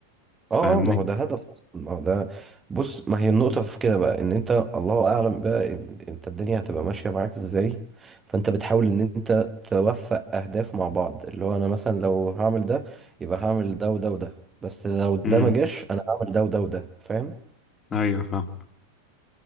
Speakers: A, on the left; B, on the right.
A: فاهمني؟
B: اه اه ما هو ده هدف اصلا ما هو ده بص ما هي النقطة في كده بقى ان انت الله اعلم بقى ال- انت الدنيا هتبقى ماشية معاك ازاي فانت بتحاول ان انت توفق اهداف مع بعض اللي هو انا مثلا لو هعمل ده يبقى هعمل ده وده وده بس لو ده
A: مم.
B: ما جاش انا هعمل ده وده وده فاهم
A: أيوه فاهم